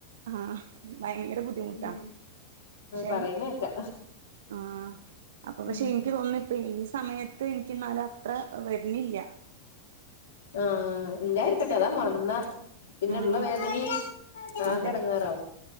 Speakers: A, on the right (about 60°); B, on the left (about 60°).
A: ഹാഹ് ഭയങ്കര ബുദ്ധിമുട്ടാ
B: ഉം
A: ക്ഷെ
B: പറയുന്നേക്കാ
A: ആ അപ്പൊ പക്ഷെ
B: ഉം
A: എൻക്ക് തോന്നുന്നു <unintelligible> സമയത്ത് ഇനിക്ക് ന്നാലത്ര ഹ് വര്ന്നില്ല
B: ആഹ് ഇല്ലായിരിക്കട്ടെ അതാ വന്ന പിന്നെള്ള
A: ആഹ്
B: വേദനിം ആകെടങ്ങേറാവും
A: അതെ